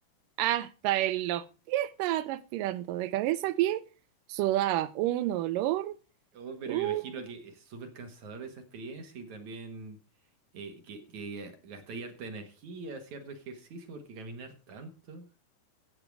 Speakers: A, on the right; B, on the right.
A: hasta en los pies estaba transpirando, de cabeza a pie sudaba un olor,
B: oh, pero
A: uh,
B: me imagino que es súper cansador esa experiencia y también eh, que, que gastáis harta energía, cierto ejercicio, porque caminar tanto.